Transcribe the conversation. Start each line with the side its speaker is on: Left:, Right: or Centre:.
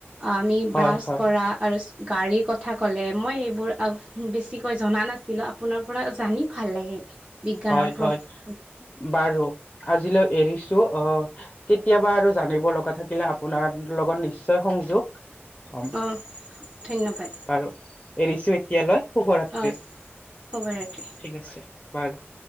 Right: আহ আমি
Left: হয়
Right: ব্ৰাছ
Left: হয়
Right: কৰা আৰু গাড়ীৰ কথা ক'লে মই এইবোৰ আ বেছিকৈ জনা নাছিলো আপোনাৰ পৰা জানি ভাল লাগিল বিজ্ঞানৰ
Left: হয়
Right: প্ৰভাৱ
Left: হয় বাৰু আজিলৈ এৰিছো অ কেতিয়াবা আৰু জানিব লগা থাকিলে আপোনাৰ লগত নিশ্ নিশ্চয় সংযোগ হম
Right: অ', ধন্যবাদ
Left: বাৰু এৰিছো এতিয়ালৈ শুভৰাত্ৰি
Right: অ', শুভৰাত্ৰি।
Left: ঠিক আছে বাৰু